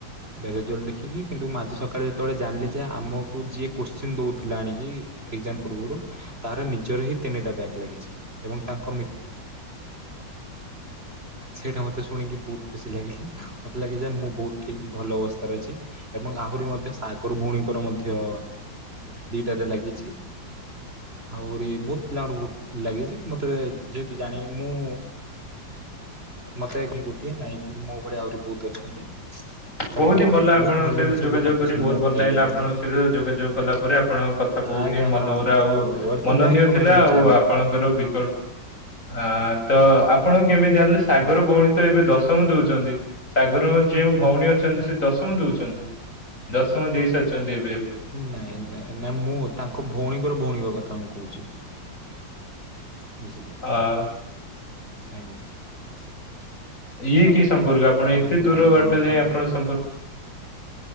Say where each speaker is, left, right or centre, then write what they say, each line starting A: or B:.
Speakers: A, on the right; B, on the left.
A: ରେଜଲ୍ଟ ଦେଖିକି କିନ୍ତୁ ଆଜି ସକାଳେ ଯେତେବେଳେ ଜାଣିଲେ ଯେ ଆମକୁ ଯିଏ କୋଶ୍ଚିନ୍ ଦଉଥିଲା ଆଣିକି ଏକ୍ସାମ ପୂର୍ବରୁ ତାର ନିଜର ହିଁ ତିନିଟା ବ୍ୟାକ୍ ଲାଗିଛି ଏବଂ ତାଙ୍କ ମିତ୍ର ସେଇଟା ମତେ ଶୁଣିକି ବହୁତ ଖୁସି ଲାଗିଲା ମତେ ଲାଗେ ଯେ ମୁଁ ବହୁତ ଠିକ ଭଲ ଅବସ୍ଥାରେ ଅଛି। ଏବଂ ଆହୁରି ମଧ୍ୟ ସାଗର ଭଉଣୀଙ୍କର ମଧ୍ୟ ଦିଟାରେ ଲାଗିଛି। ଆହୁରି ବହୁତ ପିଲାଙ୍କର ବହୁତ ଲାଗିଛି ମତେ ଯେହେତୁ ଜାଣି ମୁଁ ମତେ ଏ ଗୋଟିଏ ନାହିଁ କିନ୍ତୁ ମୋ ଭଳିଆ ଆହୁରି ବହୁତ ଅଛନ୍ତି। ତ
B: ବହୁତ ହିଁ ଭଲ ଆପଣ
A: ବହୁତ
B: ସହିତ
A: ଜିନିଷ
B: ଯୋଗାଯୋଗ
A: ଅତି
B: କରି
A: ସୁନ୍ଦର
B: ବହୁତ ଭଲ
A: ଦାୟକ
B: ଲାଗିଲା
A: ଜିନିଷ
B: ଆପଣ ସହିତ ଯୋଗାଯୋଗ କଲା ପରେ। ଆପଣଙ୍କ କଥା ବହୁତ
A: ଆଜ୍ଞା
B: ହିଁ ମନହରା
A: ହଁ
B: ଆଉ
A: ୱେଲକମ୍
B: ମନନୀୟ
A: ବ୍ୟାକ୍ ଟୁ
B: ଥିଲା
A: ମାଇ ନ୍ୟୁ
B: ଆଉ
A: ଚ୍ୟାନେଲ
B: ଆପଣଙ୍କର
A: ହଁ
B: ବିକଳ୍ପ ଆ ତ ଆପଣ କେମିତି ଜାଣିଲେ ସାଗର
A: ହଁ।
B: ଭଉଣୀ ତ ଏବେ ଦଶ <unintelligible> <unintelligible> ଦଉଛନ୍ତି ସାଗର ଯେଉଁ ଭଉଣୀ ଅଛନ୍ତି ସେ ଦଶମ ଦଉଛନ୍ତି। ଦଶମ ଦେଇ ସାରିଛନ୍ତି ଏବେ ଏବେ।
A: ନାଇଁ ନାଇଁ ମୁଁ ତାଙ୍କ ଭଉଣୀଙ୍କର ଭଉଣୀଙ୍କ କଥା ମୁଁ କହୁଛି। <unintelligible>
B: ହଁ
A: ଆଜ୍ଞା।
B: ଇଏ
A: ହଁ।
B: କି ସମ୍ପର୍କ ଆପଣ
A: ତ
B: ଏତେ
A: ମୁଁ
B: ଦୂର
A: ତାଙ୍କ
B: ବାଟ
A: ଭଉଣୀ କଥା
B: ଯାଇ ଆପଣ ସମ୍ପର୍କ